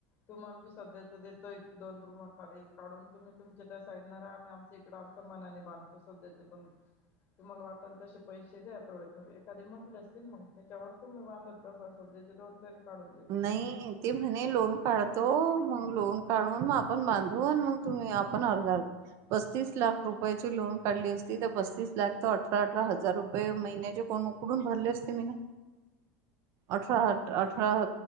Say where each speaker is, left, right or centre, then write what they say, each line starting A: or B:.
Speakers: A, on the left; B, on the right.
A: तुम्हाला बी सध्याच देतो एक दोन रुमाखाली काढून तुम्ही तुमच्या त्या साईड न आ्ही आमच इकडं आमच्या मनाने बांधतो सध्याच दोन तुम्हाला वाटेल तसे पैसे द्या थोडे थोडे कधी म्हंटले असतील मग त्याच्यावर तुम्ही बांधत बसा अस त्याचे दोन तरी काढून देतो
B: नाही ते म्हणे लोन काढतो मग लोन काढून मग आपण बांधू मग तुम्ही आपण अर्धा पस्तीस लाख रुपयाची लोन काढली असती तर पस्तीस लाख त अठरा अठरा हजार रुपये महिन्याचे कोण उकडून भरले असते मी ना अठरा
A: नाही नाही
B: अठरा